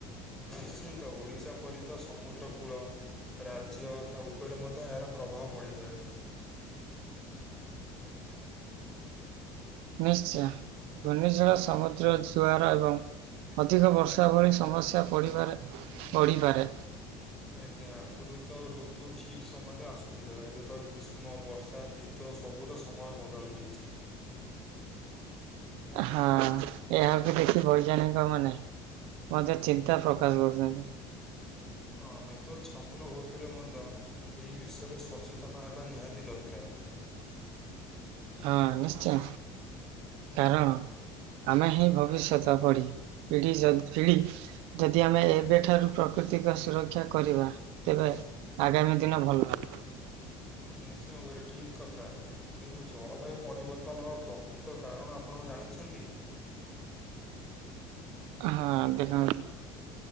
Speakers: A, in the centre; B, on the right (about 65°).
A: ନିଶ୍ଚିନ୍ତ ଓଡ଼ିଶା ପରି ତ ସମୁଦ୍ରକୂଳ ରାଜ୍ୟ ତା ଉପରେ ମଧ୍ୟ ଏହାର ପ୍ରଭାବ ପଡିଥାଏ।
B: ନିଶ୍ଚୟ ଘୂର୍ଣ୍ନିଝଡ଼ ସମୁଦ୍ର ଜୁଆର ଏବଂ ଅଧିକ ବର୍ଷା ଭଳି ସମସ୍ୟା ପଡିପାରେ ବଢିପାରେ
A: ଆଜ୍ଞା ପ୍ରକୃତ <unintelligible> ତ ଋତୁ ଠିକ ସମୟରେ ଆସୁଥିଲା ଏବେ ତ ଗ୍ରୀଷ୍ମ ବର୍ଷା ଶୀତ ସବୁ ସବୁର ସମୟ ବଦଳି ଯାଇଛି।
B: ହଁ ଏହା କୁ ଦେଖି ବୈଜ୍ଞାନିକ ମାନେ ମଧ୍ୟ ଚିନ୍ତା ପ୍ରକାଶ କରୁଛନ୍ତି।
A: ହଁ ଆମେ ତ ଛାତ୍ର ହୋଇଥିଲେ ମଧ୍ୟ ଏହି ବିଷୟରେ ସଚେତନ ହେବା ନିହାତି ଦରକାର।
B: ହଁ ନିଶ୍ଚୟ କାରଣ ଆମେ ହିଁ ଭବିଷ୍ୟତ ଗଢି ପିଢ଼ି ସହିତ ପିଢ଼ି ଯଦି ଆମେ ଏବେଠାରୁ ପ୍ରକୃତିକ ସୁରକ୍ଷା କରିବା ତେବେ ଆଗାମୀ ଦିନ ଭଲ ହବ।
A: ନିଶ୍ଚୟ ଭାବରେ ଠିକ୍ କଥା। କିନ୍ତୁ ଜଳବାୟୁ ପରିବର୍ତ୍ତନର ପ୍ରକୃତ କାରଣ ଆପଣ ଜାଣିଛନ୍ତି କି?
B: ହଁ ଦେଖନ୍ତୁ